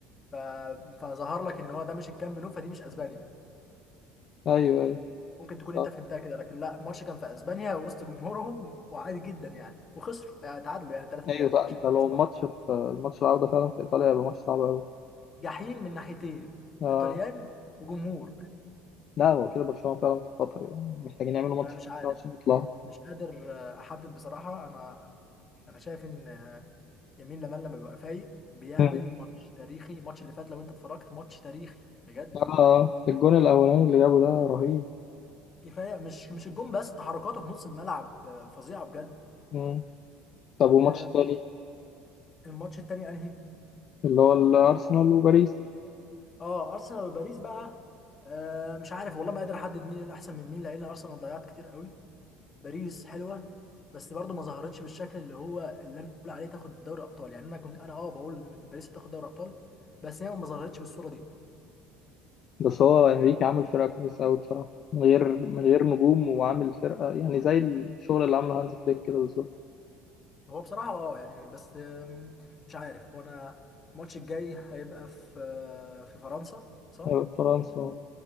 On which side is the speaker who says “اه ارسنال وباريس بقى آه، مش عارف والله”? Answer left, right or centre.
Left